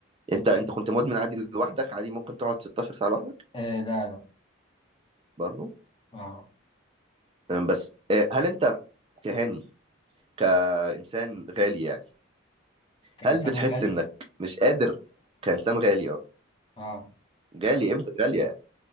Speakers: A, on the right; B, on the left.
A: انت انت كنت مدمن عادي لوحدك عادي ممكن تقعد 16 ساعه لوحدك
B: آه لا لا
A: برضو
B: أه
A: أه، بس أه، هل انت كهاني كإنسان غالي يعني
B: كإنسان
A: هل بتحس
B: غني
A: إنك مش قادر كإنسان غالي أه
B: اه
A: غالي قيمته غالية يعني